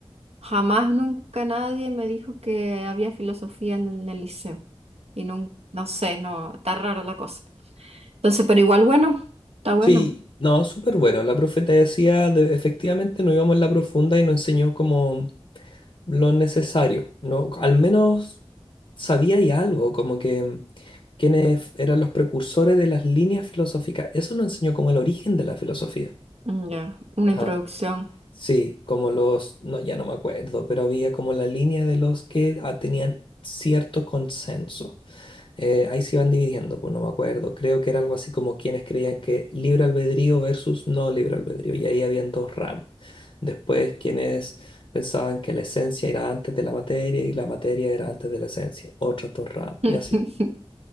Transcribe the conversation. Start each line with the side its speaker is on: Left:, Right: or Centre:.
Right: jamás, nunca nadie me dijo que había filosofía en, el liceo. Y no, no sé, no, está raro la cosa. Entonces, pero igual bueno, está bueno.
Left: Sí, no, súper bueno. La profe te decía, de- efectivamente no íbamos en la profunda y nos enseñó como lo necesario, ¿no? Al menos sabía y algo, como que mm, quiénes eran los precursores de las líneas filosóficas. Eso nos enseñó como el origen de la filosofía.
Right: Mm, Ya, Una
Left: Ajá.
Right: introducción.
Left: Sí, como los, no, ya no me acuerdo, pero había como la línea de los que ah, tenían cierto consenso eh, ahí se iban dividiendo, pues no me acuerdo. Creo que era algo así como quienes creían que libre albedrío versus no libre albedrío, y ahí habían dos ramas. Después quienes pensaban que la esencia era antes de la materia y la materia era antes de la esencia, otras dos ramas,
Right: <laughs>
Left: y así.